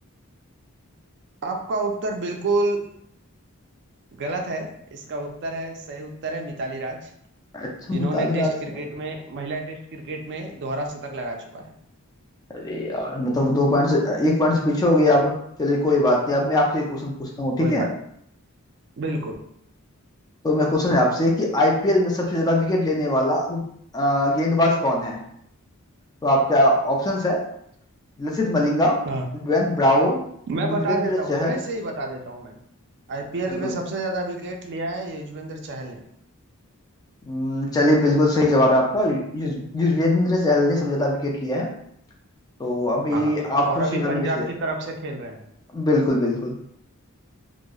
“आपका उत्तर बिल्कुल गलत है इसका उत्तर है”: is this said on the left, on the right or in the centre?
Right